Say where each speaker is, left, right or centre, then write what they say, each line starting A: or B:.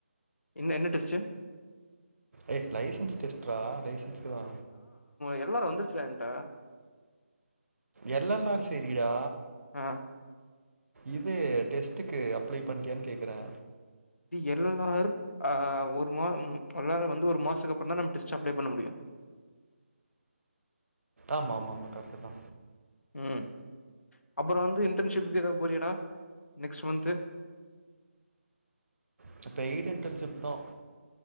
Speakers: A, on the left; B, on the right.
A: என்ன என்ன டெஸ்டு
B: ஏய் லைசன்ஸ் டெஸ்ட்ரா லைசன்ஸ்கு தா
A: எல் எல் ஆர் வந்துருச்சிடா ஏன்ட்ட
B: எல் எல் ஆர் செரிடா
A: ஆ
B: இது டெஸ்ட்டுக்கு அப்ளே பண்ட்டியான்னு கேக்குறே
A: டேய் எல் எல் ஆர் ஆ ஒரு மா எல் எல் ஆர் வந்து ஒரு மாசத்துக்கு அப்பறந்தா நம்ம டெஸ்ட் அப்ளே பண்ண முடியு
B: ஆமா ஆமா ஆமா கரெக்ட்தா
A: ம் அப்பறோ வந்து இன்டர்ன்ஷிப்புக்கு ஏதாது போறியாடா நெக்ஸ்ட் மந்த்து
B: அது பெய்ட் இன்டர்ன்ஷிப் தா